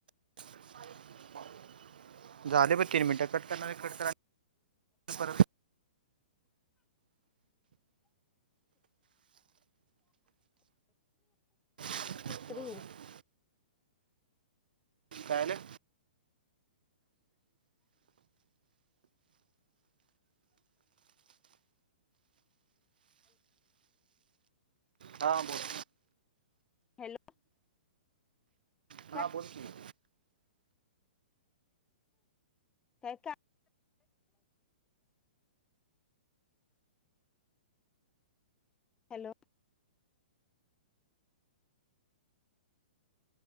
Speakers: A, on the right; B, on the left.
A: <inaudible> झाले बघ किती मिनटं कट करनार आहे कट कर आणि परत <inaudible>
B: तरी होईल
A: कायलं <inaudible> हां बोल
B: हॅलो
A: हां
B: काय
A: बोल की
B: काय का हॅलो